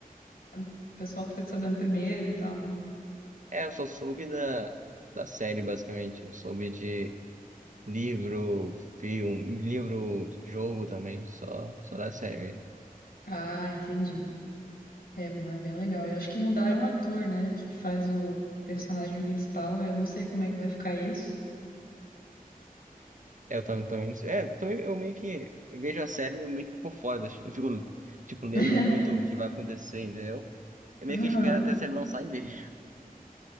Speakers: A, on the left; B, on the right.
A: o pessoal fica sabendo primeiro e tal, né?
B: É, eu só soube da, da série, basicamente. Eu soube de. Livro, filme, livro, jogo também, só, só da série mesmo.
A: Ah, entendi. É, não é bem legal. E acho que mudaram o ator, né? Que faz o personagem principal. Eu não sei como é que vai ficar isso.
B: É, Eu também, também, é, eu também, eu meio que vejo a série eu meio que por fora, das- eu fico, tipo, lendo
A: <laughs>
B: muito o que vai acontecer, entendeu? Eu meio
A: Aham,
B: que espero até a série lançar e ver,